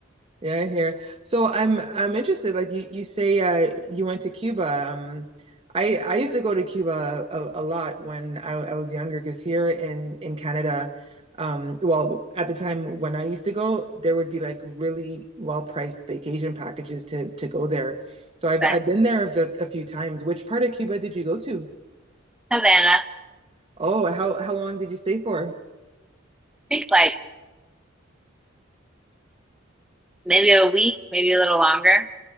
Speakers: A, on the right (about 30°); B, in the centre.
A: Yeah, I hear. So I'm I'm interested. Like you, you say uh, you went to Cuba. Um, I I used to go to Cuba a, a lot when I, I was younger because here in in Canada, um, well, at the time when I used to go, there would be like really well-priced vacation packages to to go there. So I've
B: But
A: I've been there a, v- a few times. Which part of Cuba did you go to?
B: Havana, I
A: Oh, how how long did you stay for?
B: think like maybe a week, maybe a little longer.